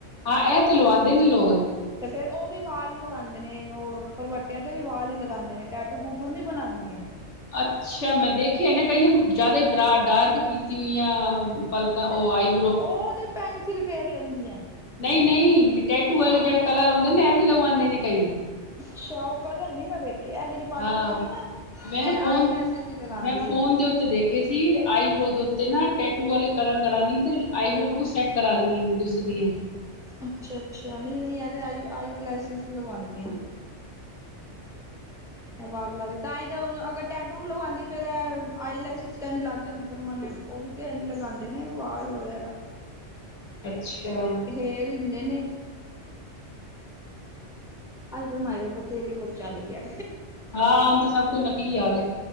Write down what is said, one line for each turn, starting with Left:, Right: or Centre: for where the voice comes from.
Left: ਹਾਂ ਇਹ ਤੇ ਲਵਾਉਂਦੇ ਨੇ ਲੋਕ।
Centre: ਤੇ ਫਿਰ ਉਹ ਵੀ ਵਾਲ ਲਗਾਉਂਦੇ ਨੇ ਉਹ ਪਰਬੱਟਿਆਂ ਤੇ ਵੀ ਵਾਲ ਹੀ ਲਗਾਉਂਦੇ ਨੇ ਟੈਟੂ ਟੂਟੂ ਨਹੀਂ ਬਣਾਉਂਦੀਆਂ।
Left: ਅੱਛਾ ਮੈਂ ਦੇਖਿਆ ਨਾ ਕਈਆਂ ਨੂੰ ਜਿਆਦਾ ਹੀ ਡਾਰਕ ਕੀਤੀ ਹੋਈਆਂ। ਪਲਕਾ ਉਹ ਆਈ।
Centre: ਉਹ ਤੇ ਪੈਨਸਿਲ ਫੇਰ ਲੈਂਦੀਆਂ ਐ।
Left: ਨਹੀਂ ਨਹੀਂ ਟੈਟੂ ਵਾਲੇ
Centre: ਹਾਂ
Left: ਜਿਹੜਾ ਕਲਰ ਹੁੰਦੇ ਨਾ ਇਹ ਵੀ ਲਵਾਉਂਦੇ ਨੇ ਕਈ।
Centre: ਅੱਛਾ ਉਹ ਕਲਰ ਨੀ ਮੈਂ ਵੇਖਿਆ ਇਹ ਜੇੜ੍ਹੀ ਪਾਲਰ
Left: ਹਾਂ
Centre: ਵਾਲੀ ਨਾ
Left: ਮੈਂ ਨਾ
Centre: ਇਹ
Left: ਫੋਨ
Centre: ਆਈ ਲੈਸ਼ੀਸ ਨਹੀ ਲਾਂਦੀ।
Left: ਮੈਂ ਫੋਨ ਦੇ ਉੱਤੇ ਦੇਖੇ ਸੀ ਆਈਬ੍ਰੋ ਦੇ ਉੱਤੇ ਨਾ ਟੈਟੂ ਵਾਲੇ ਕਲਰ ਕਰਾਂ ਦੀ ਤੇ ਆਈਬਰੋ ਬਿਲਕੁਲ ਸੈਟ। ਕਰਾ ਲੈਂਦੀ ਹਾਂ ਗੁੱਸੇ ਦੀਆਂ।
Centre: ਅੱਛਾ ਅੱਛਾ ਨਹੀਂ ਨਹੀਂ ਇਹ ਤੇ ਆਈ ਲੈਸ਼ੀਸ ਲਗਵਾਉਦੀਆਂ। ਇਹ ਵਾਲਾ ਤੇ ਤਾਹੀ ਤਾਂ ਅਗਰ ਟੈਟੂ ਲਗਵਾਉਦੀ ਫਿਰ ਆਈਲੈਸ਼ੀਸ ਕਿਨ ਲੱਗ ਜਾਂਦੀ ਪਰਮਾਨੈਂਟ ਉਹ ਵੀ। ਇੰਜ ਲਗਾਉਂਦੇ ਨੇ ਵਾਲ ਵਗੈਰਾ।
Left: ਅੱਛਾ।
Centre: ਫੇਰ ਹੀ ਹੁੰਦੇ ਨੇ। ਅੱਜ ਕਲ ਮ ਬਥੇਰੇ ਕੋਲ ਚੱਲ ਗਿਆ।
Left: ਹਾਂ ਹੁਣ ਤਾਂ ਸਭ ਕੁਝ ਨਕਲੀ ਆ ਗਏ।